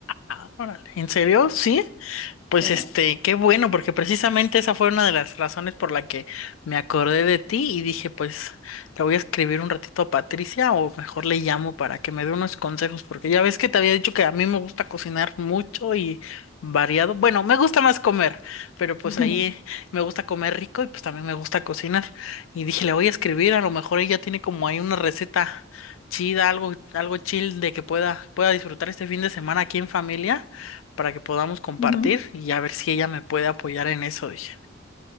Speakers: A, on the left; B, on the left.
A: Ah, órale. ¿En serio? ¿Sí? Pues
B: Oh.
A: este, qué bueno, porque precisamente esa fue una de las razones por la que me acordé de ti y dije, pues le voy a escribir un ratito a Patricia o mejor le llamo para que me dé unos consejos, porque ya ves que te había dicho que a mí me gusta cocinar mucho y variado. Bueno, me gusta más comer, pero pues
B: <laughs>
A: ahí me gusta comer rico y pues también me gusta cocinar. Y dije, le voy a escribir, a lo mejor ella tiene como ahí una receta chida, algo, algo chill de que pueda, pueda disfrutar este fin de semana aquí en familia para que podamos compartir
B: Ujú.
A: y a ver si ella me puede apoyar en eso, dije.